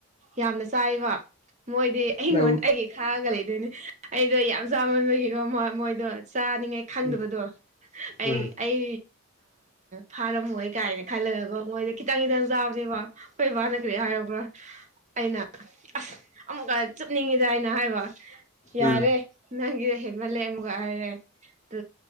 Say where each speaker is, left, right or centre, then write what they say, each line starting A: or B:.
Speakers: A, on the right (about 35°); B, on the left (about 30°).
A: ꯌꯥꯝꯅ ꯆꯥꯏꯕ ꯃꯣꯏꯗꯤ ꯑꯩꯉꯣꯟ
B: ꯅꯪ
A: ꯑꯩꯒꯤ ꯈꯥꯑꯒ ꯂꯩꯗꯣꯏꯅꯦ ꯑꯩꯗꯣ ꯌꯥꯝ ꯆꯥꯃꯟꯕꯒꯤꯅꯣ ꯃꯣꯏ ꯃꯣꯏꯗꯣ ꯆꯥꯅꯤꯡꯉꯥꯏ ꯈꯪꯗꯕꯗꯣ
B: ꯎꯝ
A: ꯑꯩ
B: ꯎꯝ
A: ꯑꯩ ꯐꯥꯔꯝꯃꯣꯏ ꯀꯥꯏꯅ ꯈꯥꯜꯂꯛꯒꯒꯣ ꯃꯣꯏꯗꯤ ꯈꯤꯇꯪ ꯈꯤꯇꯪ ꯆꯥꯕꯅꯦꯕ ꯈꯣꯏ ꯕꯥꯅ ꯀꯔꯤ ꯍꯥꯏꯔꯕ꯭ꯔꯥ ꯑꯩꯅ ꯑꯁ ꯑꯃꯨꯛꯀ ꯆꯨꯞꯅꯤꯡꯉꯤꯗ ꯑꯩꯅ ꯍꯥꯏꯕ ꯌꯥꯔꯦ
B: ꯎꯝ
A: ꯅꯪꯒꯤꯗꯣ ꯍꯦꯟꯃꯜꯂꯦ ꯍꯥꯢꯔꯛꯑꯦ ꯑꯗꯣ